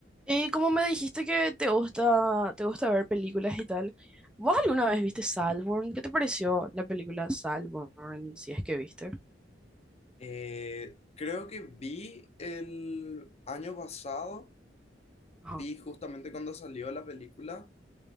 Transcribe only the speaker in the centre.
Y como me dijiste que te gusta, te gusta ver películas y tal, ¿vos alguna vez viste Saltburn? ¿Qué te pareció la película Saltburn, si es que viste?
Ajá.